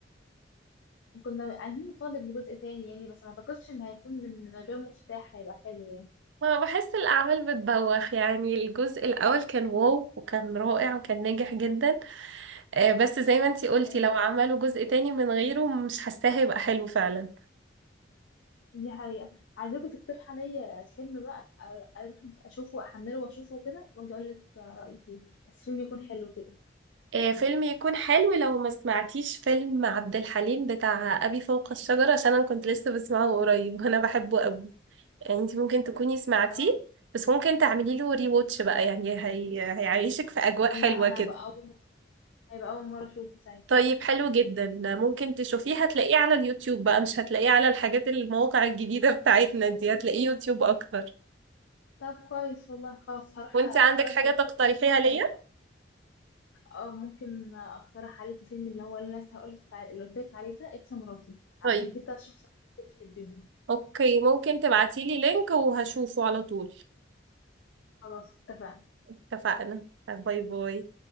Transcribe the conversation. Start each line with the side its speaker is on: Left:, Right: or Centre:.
Left: كنا عايزين نطالب بجزء تاني يعني بس ما اعتقدش ان هيكون من من غير مفتاح هيبقى حلو يعني
Right: ما بحس الاعمال بتبوخ يعني الجزء الاول كان واو وكان رائع وكان ناجح جدا آه، بس زي ما انتي قلتي
Left: آه،
Right: لو عملوا جزء تاني من غيره مش حاساه هيبقى حلو فعلا
Left: دي حقيقة عايزاكي تقترح عليا فيلم بقى أ- اروح اشوفه واحمله واشوفه وكده واجي اقول لك رأيي فيه بس فيلم يكون حلو كده
Right: آه، فيلم يكون حلو لو ما سمعتيش فيلم عبد الحليم بتاع أبي فوق الشجرة عشان أنا كنت لسه بسمعه قريب <laughs> وأنا بحبه قوي يعني أنت ممكن تكوني سمعتيه
Left: اه
Right: بس ممكن تعملي له ري واتش بقى يعني هي... هيعيشك في أجواء حلوة
Left: لا انا
Right: كده
Left: بقى اول هيبقى اول مرة اشوفه ساعتها
Right: طيب حلو جدا ممكن تشوفيه هتلاقيه على اليوتيوب بقى مش هتلاقيه على الحاجات المواقع الجديدة بتاعتنا دي هتلاقيه يوتيوب أكتر
Left: طب كويس والله خلاص هروح
Right: وأنت
Left: اتفرج
Right: عندك حاجة
Left: عليه
Right: تقترحيها ليا؟
Left: واقول لك رأيي. اه ممكن اقترح عليكي فيلم اللي هو اللي أنا لسه هقول لك اللي قلت لك عليه ده اكس مراتي
Right: طيب
Left: عشان كده الشخصيات اللي انت بتحبيهم
Right: أوكي ممكن تبعتيلي لينك وهشوفه على طول
Left: خلاص اتفقنا
Right: اتفقنا باي باي